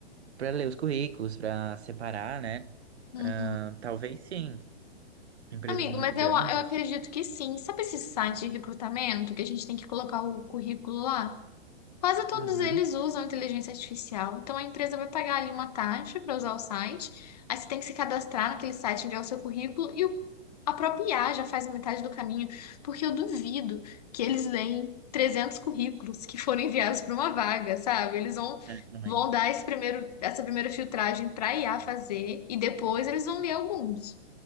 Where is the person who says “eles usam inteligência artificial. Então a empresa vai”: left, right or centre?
Left